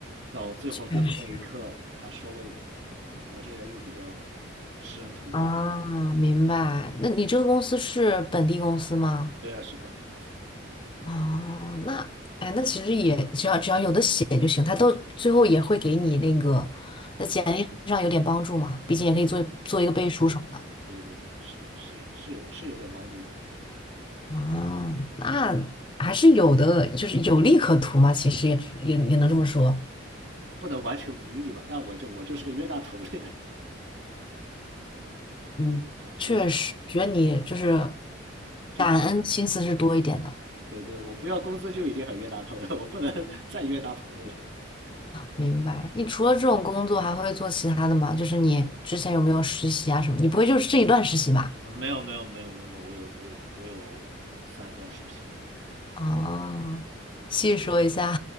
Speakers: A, on the right; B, on the left.
A: 到最后最后那一刻，
B: 确实。
A: 他收了我。对，我我这人又比较知恩图报，
B: 啊，明白。那你这个公司是本地公司吗？
A: 对啊，是本地公司，
B: 哦，那哎，那其实也只要只要有的写就行，他都最后也会给你那个在简历上有点帮助嘛，毕竟也可以做做一个背书什么的。
A: 对对对，是是是有是有点帮助吧。
B: 啊，那还是有的，就是有利可图嘛，其实也也也能这么说。
A: 不能完全无力吧？那我就我就是个冤大头了呀
B: 嗯。
A: <laughs>，
B: 确实，
A: 对，
B: 觉得你就是
A: 就
B: 感恩心思是多一点的。
A: 对对，我不要工资就已经很冤大头了，我不能 <laughs> 再冤大头了呀。
B: 明白。你除了这种工作，还会做其他的吗？就是你之前有没有实习啊什么？你不会就是这一段实习吧？
A: 嗯没有没有没有没有，我有我有我有三段实习。
B: 哦，细说一下，